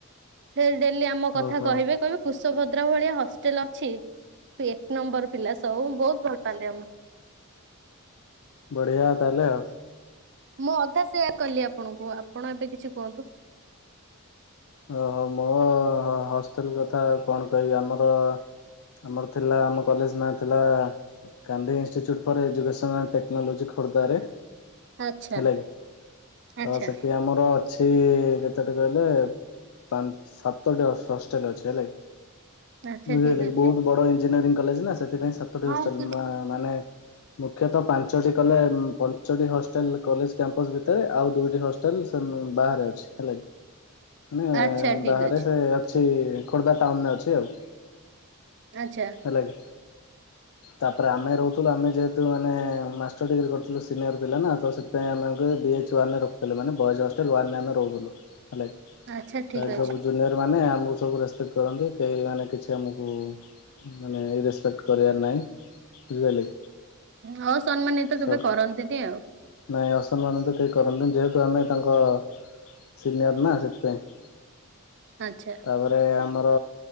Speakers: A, on the right; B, on the left.
A: ସେ ଡେଲି ଆମ କଥା
B: ଓହୋ
A: କହିବେ କହିବେ କୁଶଭଦ୍ରା ଭଳିଆ ହଷ୍ଟେଲ ଅଛି। ଏକ ନମ୍ବର ପିଲା ସବ ବହୁତ ଭଲ ପାଆନ୍ତି ଆମ
B: ବଢିଆ ତାହେଲେ ଆଉ।
A: ମୁଁ ଅଧା ସେୟାର କଲି ଆପଣଙ୍କୁ ଆପଣ ଏବେ କିଛି କୁହନ୍ତୁ।
B: ଓହୋ ମୋ ହ ହଷ୍ଟେଲ କଥା କଣ କହିବି ଆମର ଆମର ଥିଲା ଆମ କଲେଜ ନାଁ ଥିଲା Gandhi institute for education and technology Khordha ରେ।
A: ଆଚ୍ଛା
B: ହେଲା କିି ତ
A: ଆଚ୍ଛା
B: ସେଠି ଆମର ଅଛି ଟି କେତଟି କହିଲେ ପାଞ୍ଚ ସାତଟି ହଷ୍ଟେଲ ଅଛି ହେଲା କି।
A: ଆଚ୍ଛା
B: ବୁଝିପାରିଲେ
A: ଠିକ ଅଛି।
B: ବହୁତ ବଡ ଇଞ୍ଜିନିୟରି କଲେଜ ନା ସେଥିପାଇଁ ସାତଟି
A: ହଁ
B: ହଷ୍ଟେଲ
A: ସେ
B: ମା ମାନେ ମୁଖ୍ୟତଃ ପାଞ୍ଚଟି କଲେ ପଞ୍ଚଟି ହଷ୍ଟେଲ କଲେଜ କ୍ୟାମ୍ପସ ଭିତରେ ଆଉ ଦୁଇଟି ହଷ୍ଟେ ହଷ୍ଟେଲ ସେ ବାହାରେ ଅଛି ହେଲା କି। ମାନେ
A: ଆଚ୍ଛା ଠିକ
B: ବାହାରେ
A: ଅଛି।
B: ସେ ଅଛି ଖୋର୍ଦ୍ଧା ଟାଉନରେ ଅଛି ଆଉ।
A: ଆଛା।
B: ହେଲାକି ତାପରେ ଆମେ ରହୁଥିଲୁ ଆମେ ଯେହେତୁ ତୁ ମାନେ ମାଷ୍ଟର ଡିଗ୍ରୀ କରିଥିଲୁ ସିନିୟର ପିଲା ନା ତ ସେଥିପାଇଁ ଆମେ ବି ଏଚ୍ ୱାନେ ରେ ର- - କହିଲେ ମାନେ ବଏଜ ହଷ୍ଟେଲ ୱାନ୍ ରେ ଆମେ ରହୁଥିଲୁ ହେଲାକି। ତାପରେ
A: ଆଚ୍ଛା ଠିକ ଅଛି।
B: ସବୁ ଜୁନିୟର ମାନେ ଆମକୁ ସବୁ ରେସପେକ୍ଟ କରନ୍ତି କେହି ମାନେ କିଛି ଆମକୁ। ମାନେ ଇ ରେସ୍ପେକ୍ଟ କରିବାର ନାହିଁ ବୁଝିପାରିଲେ।
A: ହଉ ସମ୍ମାନିତ
B: ସବ୍
A: କେବେ କରନ୍ତିନି ଆଉ।
B: ନାଇଁ ଅସମ୍ମାନ ତ କେହି କରନ୍ତିନି ଯେହେତୁ ଆମେ ତାଙ୍କ ସିନିୟର୍ ନା ସେଇଥିପାଇଁ।
A: ଆଛା।
B: ତାପରେ ଆମର